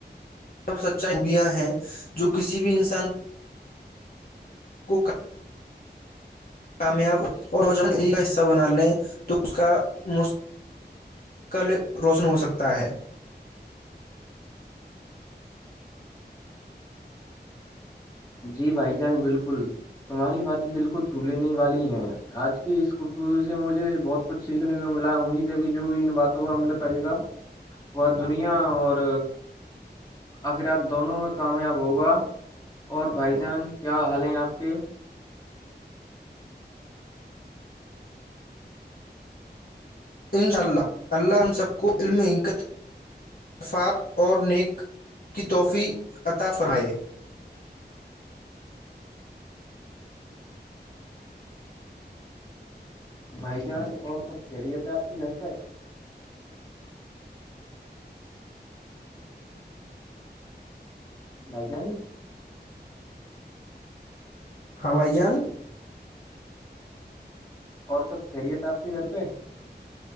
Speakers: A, on the left; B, on the left.
A: سب سچائی خوبیاں ہیں جو کسی بھی انسان کو کامیاب اور نوجوان ان کا حصہ بنا لیں تو اس کا مستقل روشن ہوسکتا ہے
B: جی بھائی جان بالکل تمہاری باتیں دل کو چھو لینے والی ہیں آج کی اس خبور سے مجھے بہت کچھ سیکھنے کو ملا امید ہے کہ جو بھی ان باتوں پر عمل کرے گا ب دنیا اور آخرات دونوں میں کامیاب ہوگا اور بھائی جان کیا حال ہیں آپ کے
A: انشاء اللہ اللہ ہم سب کو علم انکت افاف اور نیک کی توحفی عطا فرمائے
B: بھائی جان اور سب خہریت ہے آپ کے گھر پہ بھائی جان
A: ہاں بھائی جان جان
B: اور سب خیریت آپ کے گھر پہ